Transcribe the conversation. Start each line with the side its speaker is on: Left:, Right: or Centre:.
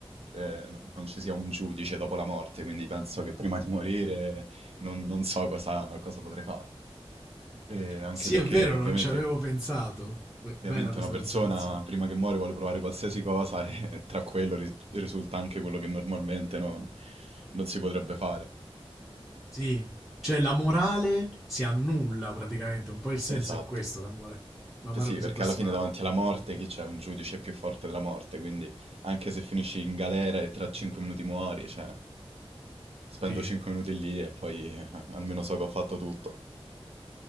Right: eh, n- non ci sia un giudice dopo la morte, quindi penso che prima di morire non, non so cosa, cosa potrei fare. E anche
Centre: Sì,
Right: perché,
Centre: è vero,
Right: ovviamente,
Centre: non ci avevo pensato. Be-
Right: ovviamente
Centre: bella questa
Right: una persona
Centre: considerazione.
Right: prima che muore vuole provare qualsiasi cosa e <laughs> tra quello ri- risulta anche quello che normalmente non non si potrebbe fare.
Centre: Sì, cioè la morale si annulla praticamente, un po' il senso
Right: Esatto.
Centre: è questo, l'amore, man
Right: P-
Centre: mano
Right: Sì,
Centre: che
Right: perché
Centre: si approssima
Right: alla fine
Centre: la
Right: davanti
Centre: morte.
Right: alla morte chi c'è? Un giudice più forte della morte, quindi anche se finisci in galera e tra 5 minuti muori, cioè, spendo
Centre: Sì,
Right: 5 minuti lì e poi eh, almeno so che ho fatto tutto.